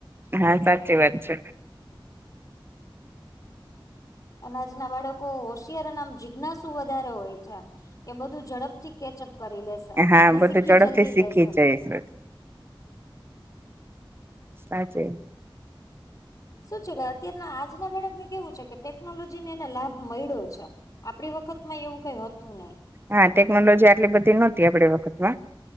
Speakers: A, on the right (about 25°); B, on the left (about 40°).
A: હા સાચી વાત છે.
B: અનાજના બાળકો હોશિયાર નામ જિજ્ઞાસુ વધારે હોય છે. કે બધું ઝડપથી કેચઅપ કરી લેશે
A: હા
B: અને
A: બધું
B: શીખી
A: ઝડપથી
B: જલ્દી
A: શીખી
B: લેશે.
A: જઈશું સા છે.
B: શું છે કે અત્યારના આજના બાળકમાં કેવું છે કે ટેકનોલોજી ને એને લાભ મળ્યો આપણી વખત માં એવું કઈ હતું નહીિ
A: હા ટેકનોલોજી આટલી બધી નહોતી આપણી વખત માં